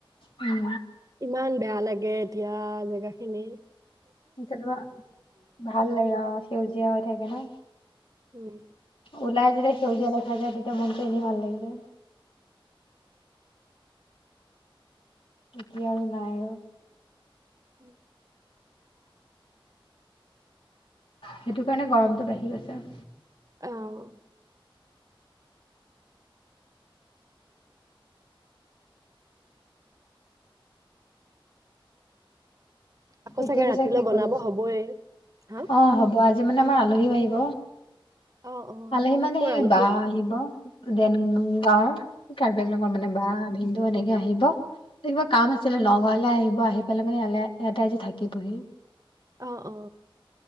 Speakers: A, on the left; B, on the right.
A: উম
B: ইমান বেয়া লাগে এতিয়া জেগা খিনি
A: এতিয়া তোমাৰ ভাল লাগে অ সেউজীয়া হৈ থাকে ন
B: উম
A: উলাই আ যেতিয়া সেউজীয়া দেখা যায় তেতিয়া মনটো এনেই ভাল লাগি যায় এতিয়া আৰু নাই আৰু
B: উম
A: সেইটো কাৰণে গৰমটো বাঢ়ি গৈছে
B: আহ আকৌ
A: এতিয়া
B: চাগে
A: পিছে
B: ৰাতিলৈ
A: কি
B: বনাব
A: কৰি আছা?
B: হবয়ে হা
A: অ', হ'ব আজি মানে আমাৰ আলহী আহিব
B: অ অ
A: আলহি মানে
B: কৰ
A: সেই
B: আলহী
A: বাহ আহিব দেন নো দা এই কা <inaudible> মানে বা হিন্দু অনেক কেতিয়া আহিব কিবা কাম আছিলে লগ ঘৰলে আহি মই আহি পেলাই মানে ই ইয়াতে আজি থাকিবহি
B: আহ অ